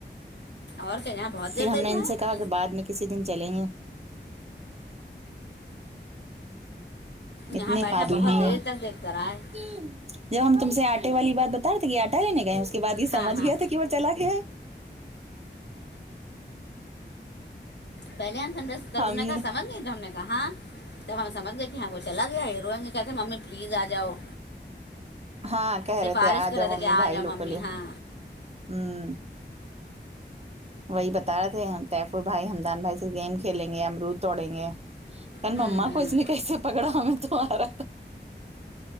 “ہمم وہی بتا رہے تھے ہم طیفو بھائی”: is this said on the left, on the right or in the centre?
Right